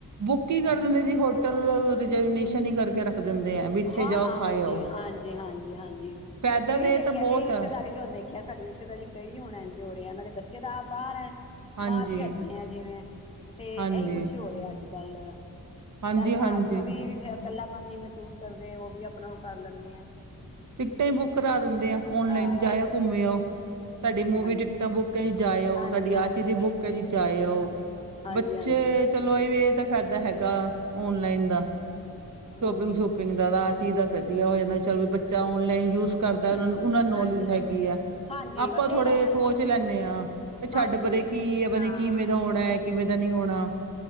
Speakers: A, on the right; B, on the left.
A: ਬੁੱਕ ਈ ਕਰ ਦਿੰਦੇ ਜੀ ਹੋਟਲ ਰਿਜਰਵੀਨੇਸ਼ਨ ਈ ਕਰਕੇ ਰੱਖ ਦਿੰਦੇ ਆ ਵੀ ਇੱਥੇ
B: ਹਾਂ-ਹਾਂ
A: ਜਾਓ ਖਾਏ
B: ਜੀ
A: ਆਓ।
B: ਹਾਂਜੀ-ਹਾਂਜੀ-ਹਾਂਜੀ,
A: ਫਾਇਦਾ
B: ਕਈ
A: ਤੇ
B: ਦੇਖੇਆ
A: ਇਹ ਤਾਂ ਬਹੁਤ
B: ਕਈ ਰਿਸ਼ਤੇਦਾਰੀ
A: ਹੈ
B: ਚ ਹੁੰਦੇ ਕਿਆ ਸਾਡੀ ਰਿਸ਼ਤੇਦਾਰੀ ਕਈ ਹੁਨ ਐਂਜ ਹੋ ਰੇਐ ਐਨਾ ਦੇ ਬੱਚੇ ਤਾਂ ਆਪ ਬਾਰ ਐ।
A: ਹਾਂਜੀ,
B: ਮਾਂ-ਪਿਓ ਏਥੇ ਆਂ ਜਿਵੇਂ ਤੇ
A: ਹਾਂਜੀ,
B: ਏਈ ਕੁਛ ਹੋ ਰਿਆ ਅੱਜ-ਕੱਲ
A: ਹਾਂਜੀ,
B: ਚੱਲ
A: ਹਾਂਜੀ
B: ਮਾਂ-ਪਿਓ ਵੀ ਫੇਰ ਇਕੱਲਾਪਨ ਨੀ ਮਹਿਸੂਸ ਕਰਦੇ ਓ ਵੀ ਆਪਨਾ ਓ ਕਰ ਲੈਂਦੇ ਐ।
A: ਟਿਕਟਾਂ ਈ ਬੁੱਕ ਕਰਾ ਦਿੰਦੇ ਆ ਔਨਲਾਈਨ
B: ਹਾਂ-ਹਾਂ,
A: ਜਾਏਓ ਘੁੰਮੇ ਆਓ ਤੁਆਡੀ ਮੂਵੀ
B: ਹਾਂ ਹਾਂ
A: ਟਿਕ ਸ਼ੀਟਾ ਬੁੱਕਾਂ ਜੀ ਜਾਏ ਆਓ
B: ਹਾਂਜੀ
A: ਤਾਡੀ
B: ਹਾਂਜੀ
A: ਆ ਚੀਜ਼ ਦੀ ਬੁੱਕ ਐ ਜੀ ਜਾਏ ਆਓ,
B: ਹਾਂਜੀ
A: ਬੱਚੇ
B: ਹਾਂਜੀ
A: ਚਲੋ ਏ ਵੀ ਏਦਾ ਫੈਦਾ ਹੈਗਾ ਔਨਲਾਈਨ ਦਾ।
B: ਹਮ
A: ਸ਼ੋਪਿੰਗ ਸੂਪਿੰਗ ਦਾ ਓਦਾ ਆ ਚੀਜ਼ ਦਾ ਵਦੀਆ ਹੋ ਜਾਂਦਾ ਚੱਲ ਵੀ ਬੱਚਾ ਔਨਲਾਈਨ ਯੂਜ ਕਰਦਾ
B: ਹਮ
A: ਓਨਾਂ-ਓਨਾਂ ਨੂੰ ਨੌਲੇਜ
B: ਹਾਂਜੀ
A: ਹੈਗ ਗੀ ਆ,
B: ਹਾਂਜੀ
A: ਆਪਾਂ
B: ਬਸ
A: ਥੋੜੇ
B: ਇਹ ਗੱਲ ਸਹੀ
A: ਸੋਚ ਲੈਂਨੇ ਆ। ਹਾਂ ਤੇ ਛੱਡ
B: ਹਾਂਜੀ
A: ਪਰੇ ਕੀ ਐ ਪਤਾ
B: ਹਾਂ
A: ਨੀ ਕਿਵੇਂ ਦਾ ਹੋਨੈ ਕਿਵੇਂ ਦਾ ਨਈ ਹੋਨਾ।